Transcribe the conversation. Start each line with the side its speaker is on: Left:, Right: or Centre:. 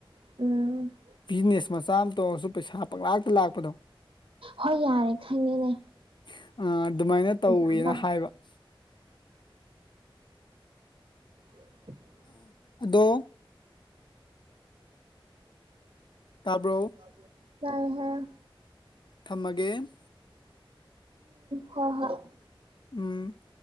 Right: ꯎꯝ ꯫
Left: ꯕꯤꯖꯤꯅꯦꯁ ꯃꯆꯥ ꯑꯃ ꯇꯣꯡꯉꯁꯨ ꯄꯩꯁꯥ ꯄꯪꯂꯥꯛꯇ ꯂꯥꯛꯄꯗꯣ
Right: ꯍꯣꯏ ꯌꯥꯔꯦ ꯈꯪꯉꯦꯅꯦ
Left: ꯫ ꯑꯥ ꯑꯗꯨꯃꯥꯏꯅ ꯇꯧꯋꯦꯅ
Right: ꯑꯦꯛꯖꯥꯝ ꯄꯥ
Left: ꯍꯥꯏꯕ ꯫
Right: <unintelligible>
Left: ꯑꯗꯣ ꯇꯥꯕ꯭ꯔꯣ ꯫
Right: ꯆꯥꯏꯍꯦ ꯫
Left: ꯊꯝꯃꯒꯦ ꯫
Right: ꯍꯣ ꯍꯣꯏ ꯫
Left: ꯎꯝ ꯫